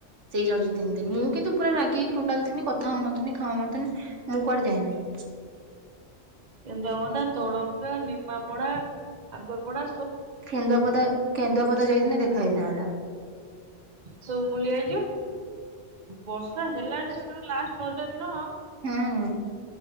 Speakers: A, on the right; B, on the right.
A: ସେଇ ଯାଉଛି ତିନି ଦିନ ମୁଁ କିନ୍ତୁ ପୁରା ରାଗିି ଟୋଟାଲ ଥିଲି କଥା ହଉନଥିଲି ଖାଉନଥିଲି ମୁଁ କୁଆଡେ ଯାଇନାହିଁ
B: ଯମୁନା ତଡ଼ଙ୍ଗା ନିମାପଡ଼ା ଆକୁର୍ପଡ଼ା
A: କେନ୍ଦୁଆପଦା କେନ୍ଦୁଆପଦା ଯାଇଥିନେ ଦେଖା ହେଇଥାନ୍ତା
B: ସବୁ ବୁଲି ଯାଇଛୁ ବର୍ଷା ହେଲା ଯେ ସେତେବେଳେ ଲାଷ୍ଟ ରଜ ଦିନ-
A: ହୁଁ